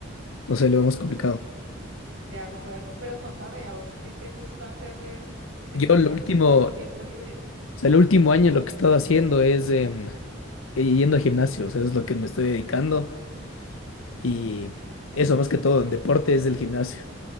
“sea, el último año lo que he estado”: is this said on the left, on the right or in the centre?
Left